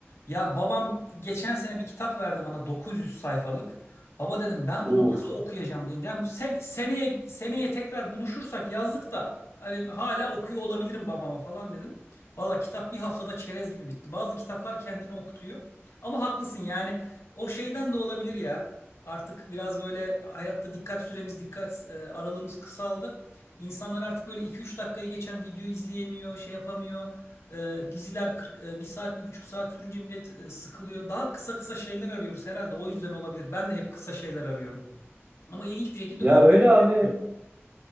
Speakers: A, on the left; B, on the right.
A: Ya babam geçen sene bir kitap verdi bana 900 sayfalık. Baba dedim ben bunu
B: Uf.
A: nasıl okuyacağım dedim. Yani sen- seneye seneye tekrar buluşursak yazlık da hani hala okuyor olabilirim babama falan dedim. Valla kitap bir haftada çerez gibi bitti. Bazı kitaplar kendini okutuyor. Ama haklısın yani o şeyden de olabilir ya. Artık biraz böyle hayatta dikkat süremiz, dikkat e, aralığımız kısaldı. İnsanlar artık böyle iki üç dakikayı geçen video izleyemiyor, şey yapamıyor. E, diziler 40, e, bir saat, 1,5 saat sürünce millet e, sıkılıyor. Daha kısa kısa şeyler arıyoruz herhalde o yüzden olabilir. Ben de hep kısa şeyler arıyorum. Ama ilginç bir şekilde
B: Ya
A: öykü
B: öyle abi
A: sevmiyorum.